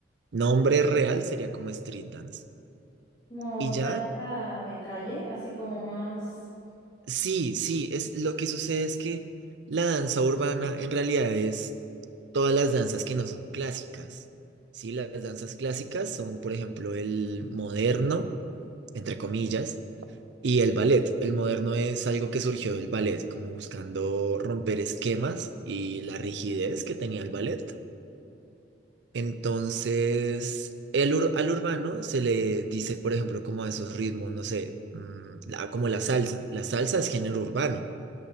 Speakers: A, on the right; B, on the left.
A: nombre real sería como street dance.
B: Como
A: Y
B: danza
A: ya
B: de calle, así como más...
A: Sí, sí, es lo que sucede es que la danza urbana en realidad es todas las danzas que no son clásicas. Sí, las danzas clásicas son, por ejemplo, el moderno, entre comillas, y el ballet. El moderno es algo que surgió del ballet, como buscando romper esquemas y la rigidez que tenía el ballet. Entonces, el ur- al urbano se le dice, por ejemplo, como a esos ritmos, no sé, mm, la- como la salsa. La salsa es género urbano